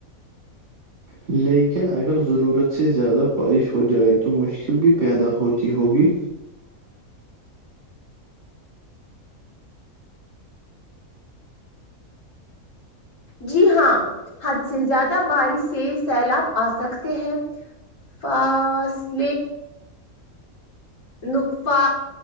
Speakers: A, on the right; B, on the left.
A: لیکن اگر ضرورت سے زیادہ بارش ہو جائے تو مشکل بھی پیدا ہوتی ہوگی
B: جی ہاں حد سے زیادہ بارش سے سیلاب آ سکتے ہیں فاصل نقفا